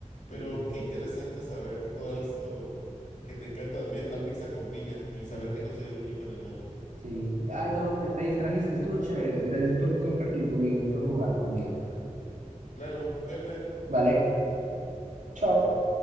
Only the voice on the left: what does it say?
Pero
qué interesante saber todo
esto, eh, que te encanta también
la pizza con piña y
saber que no soy el único en el mundo.
Claro, cuídate.
Bye.